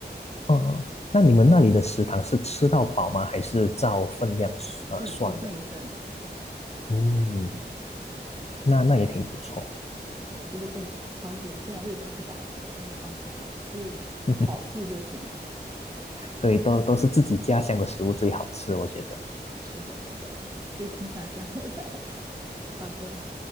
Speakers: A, on the left (about 35°); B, on the right (about 20°).
A: 嗯，那你们那里的食堂是吃到饱吗？还是照分量呃算的？
B: 份一份一份的。
A: 嗯，
B: 对
A: 那那也挺不错。
B: 对，就是更方便，虽然味道不咋地，但是方便嘛，就是饱腹就行了。
A: <laughs> 对，都都是自己家乡的食物最好吃，我觉得。
B: 是的，是的，就挺想这样的。<laughs> 好的，